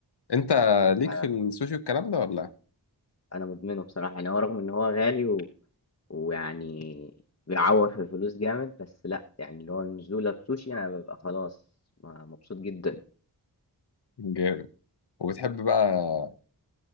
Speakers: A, on the left (about 70°); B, on the left (about 35°).
A: انت ليك
B: أنا
A: في السوشي والكلام ده ولا
B: أنا مدمنه بصراحة، يعني هو رغم إن هو غالي و ويعني بيعوّر في الفلوس جامد، بس لأ، يعني اللي هو النزولة بسوشي أنا بابقى خلاص م مبسوط جدًا.
A: جامد وبتحب بقى